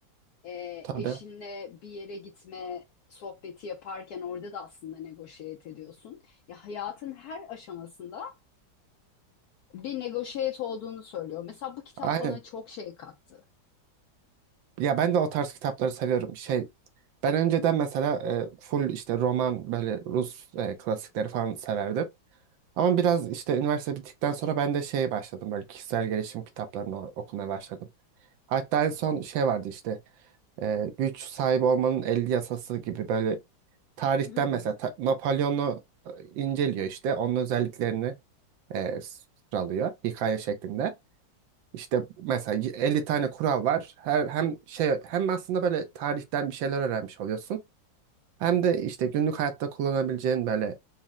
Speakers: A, on the left; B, on the right.
A: e,
B: Tabii.
A: eşinle bir yere gitme sohbeti yaparken orada da aslında negoşiyet ediyorsun. Ya hayatın her aşamasında bir negoşiyet olduğunu söylüyor. Mesela bu kitap
B: Aynen.
A: bana çok şey kattı.
B: Ya ben de o tarz kitapları seviyorum. Şey ben önceden mesela e, full işte roman böyle Rus e, klasikleri falan severdim. Ama biraz işte üniversite bittikten sonra ben de şeye başladım. Böyle kişisel gelişim kitaplarını o- okumaya başladım. Hatta en son şey vardı işte e, güç sahibi olmanın 50 yasası gibi böyle tarihten
A: Hmm,
B: mesela Ta- Napolyon'u e, inceliyor işte. Onun özelliklerini e, sıralıyor hikaye şeklinde. İşte mesela y- 50 tane kural var. Her hem şey hem aslında böyle tarihten bir şeyler öğrenmiş oluyorsun. Hem de işte günlük hayatta kullanabileceğin böyle